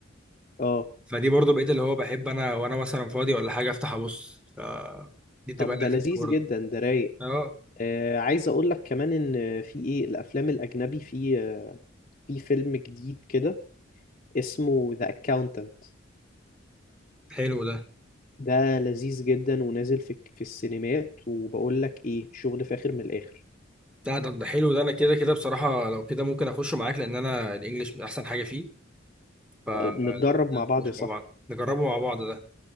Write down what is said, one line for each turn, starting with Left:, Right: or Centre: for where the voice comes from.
Left: اه
Centre: فدي برضو بقيت اللي هو بحب انا وانا مثلا فاضي ولا حاجه افتح ابص ف دي بتبقى
Left: طب
Centre: لذيذه
Left: ده لذيذ
Centre: برضو
Left: جدا ده رايق
Centre: اه
Left: آه عايز اقول لك كمان ان في ايه الافلام الاجنبي في في فيلم جديد كده اسمه ذا اكاونتنت
Centre: حلو ده
Left: ده لذيذ جدا ونازل في في السينمات وبقول لك ايه شغل فاخر من الاخر
Centre: لا ده ده حلو ده انا كده كده بصراحه لو كده ممكن اخش معاك لان انا الانجليش من احسن حاجه فيه فلو
Left: آه، نتدرب
Centre: كده
Left: مع بعض
Centre: نخش
Left: يا
Centre: مع
Left: صاحبي
Centre: بعض نجربه مع بعض ده